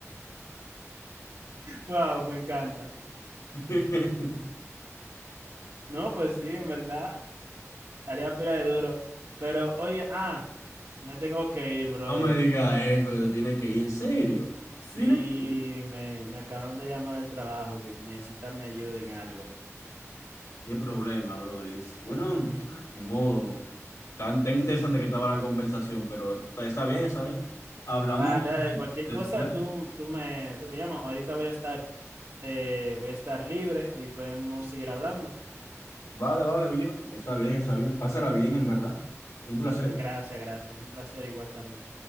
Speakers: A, on the right; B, on the left.
A: Wow, me encanta.
B: <laughs>
A: No, pues sí, en verdad, estaría pila de duro. Pero oye, ah, me tengo que ir, brother.
B: No me digas eso, que te tienes que ir en serio.
A: Sí,
B: Tienes que
A: me, me acabaron de llamar del trabajo, que necesitan mi ayuda en algo.
B: Qué problema, brother. Es- Bueno,
A: Ujú.
B: ni modo. Tan, tan interesante que estaba la conversación, pero está está bien, está bien. Hablamos
A: Dale, dale, cualquier
B: después.
A: cosa, tú, tú me, tú me llamas. Ahorita voy a estar, eh, voy a estar libre y podemos seguir hablando.
B: Vale, vale, viejo. Está bien, está bien. Pásala bien, en verdad. Un placer.
A: Eh, Gracias, gracias. Un placer igual también.